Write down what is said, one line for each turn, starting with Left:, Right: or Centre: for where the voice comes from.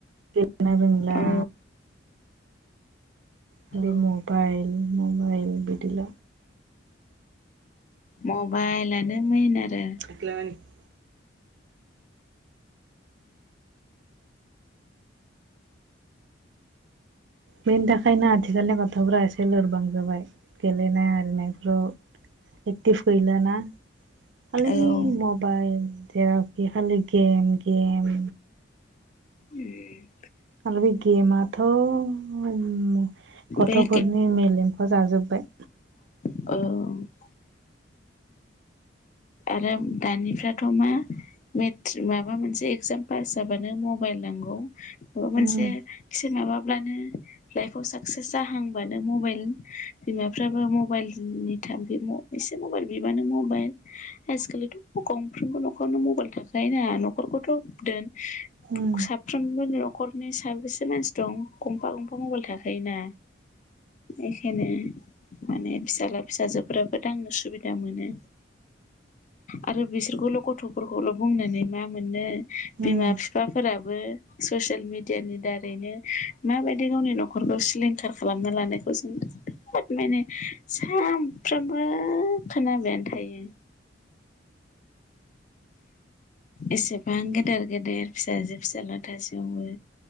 Right: गेलेनो रोंला
Left: औ
Right: खालि
Left: औ
Right: मबाइल मबाइल बिदिल'
Left: मबाइलानो मेन आरो
Right: <unintelligible> बेनि थाखायनो आथिखालनि गथ'फ्रा एसे लोरबां जाबाय गेलेनाय आरिनायफ्राव एक्टिभ गैला ना खालि
Left: औ
Right: मब बाइल जेरावखि खालि गेम गेम
Left: उम
Right: आरो बे गेमाथ' <unintelligible> गथ'फोरनि
Left: बे
Right: मेलेमखौ जाजोबबाय
Left: औ आरो दानिफ्राथ' मा मेट्रिक माबा मोनसे इगजाम पास जाबानो मबाइल नांगौ माबा मोनसे
Right: उम
Left: एसे माबाब्लानो लाइफआव साक्सेस जाहांबानो मबाइल बिमाफ्राबो मबाइलनि <unintelligible> एसे मबाइल बिबानो मबाइल आजिखालिथ' गंफ्रोमबो नखरावनो मबाइल थाखायोना नखरखौथ' दोन
Right: उम
Left: साफ्रोमबो न'खरनि साबेसे मानसि दं गंफा गंफा मबाइल थाखायोना इखायनो माने फिसाज्ला फिसाजोफोराबो दांनो सुबिदा मोनो आरो बिसोरखौल' गथ'फोरखौल' बुंनानै मा मोननो बिमा
Right: उम
Left: बिफाफोराबो ससियेल मिडियानि दारैनो माबायदि गावनि न'खरखौ सिलिंखार खालामना लानायखौ जों बहद माने सानफ्रोमबो खोनाबायानो थायो एसेबां गेदेर गेदेर फिसाजो फिसाजला थासेयावबो